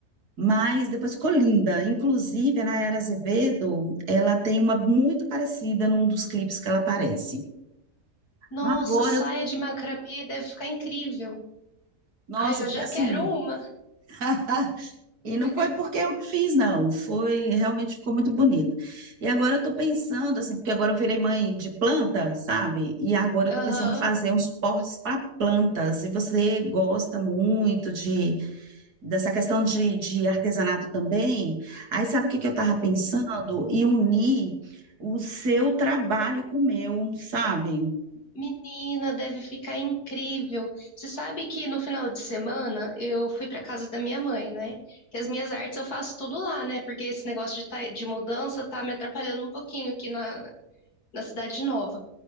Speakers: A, on the right (about 75°); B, on the left (about 70°).
A: mas depois colinda, Inclusive, a Nayara Azevedo, ela tem uma muito parecida num dos clipes que ela aparece.
B: Nossa,
A: Agora,
B: saia
A: eu-
B: de macramê deve ficar incrível.
A: nossa,
B: Ai, eu
A: eu fiquei
B: já
A: assim.
B: quero uma.
A: <laughs> E não
B: <laughs>
A: foi porque eu que fiz, não. Foi, realmente ficou muito bonito. E agora eu tô pensando, assim, porque agora eu virei mãe de planta, sabe? E agora eu
B: Aham,
A: tô pensando em fazer uns suportes para plantas. E você gosta muito de dessa questão de, de artesanato também, aí sabe o que que eu estava pensando? E unir o seu trabalho com o meu, sabe?
B: Menina, deve ficar incrível. Você sabe que no final de semana eu fui para casa da minha mãe, né? Que as minhas artes eu faço tudo lá, né? Porque esse negócio de, tá- de mudança tá me atrapalhando um pouquinho aqui na, na cidade nova.